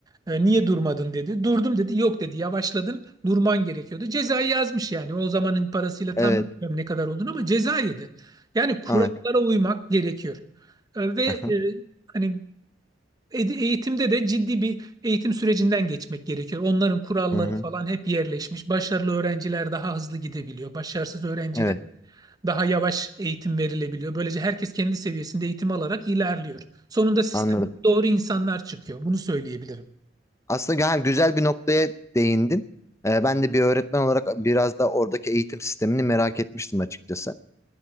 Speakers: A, on the right (about 20°); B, on the left (about 15°).
A: E, niye durmadın dedi. Durdum dedi. Yok dedi yavaşladın durman gerekiyordu. Cezayı yazmış yani. O zamanın parasıyla tam
B: Evet.
A: bilmiyorum ne kadar olduğunu ama ceza yedi. Yani kurallara
B: Evet.
A: uymak gerekiyor. E, Ve e,
B: Hı hı.
A: hani ed- eğitimde de ciddi bir eğitim sürecinden geçmek gerekiyor. Onların kuralları
B: Hı hı.
A: falan hep yerleşmiş. Başarılı öğrenciler daha hızlı gidebiliyor. Başarısız öğrenciler
B: Evet.
A: daha yavaş eğitim verilebiliyor. Böylece herkes kendi seviyesinde eğitim alarak ilerliyor. Sonunda sistemde
B: Anladım.
A: doğru insanlar çıkıyor. Bunu söyleyebilirim.
B: Aslında gü- ha, güzel bir noktaya değindin. Ee, ben de bir öğretmen olarak biraz da oradaki eğitim sistemini merak etmiştim açıkçası.